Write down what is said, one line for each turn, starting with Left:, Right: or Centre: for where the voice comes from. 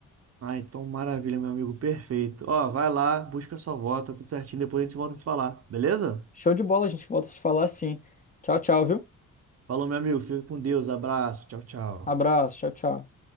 Right: Ah, então maravilha, meu amigo, perfeito. Ó, vai lá, busca sua volta, tudo certinho, depois a gente volta a se falar, beleza?
Left: Show de bola, a gente volta a se falar assim. Tchau, tchau, viu?
Right: Falou, meu amigo, fica com Deus, abraço, tchau, tchau.
Left: Abraço, tchau, tchau.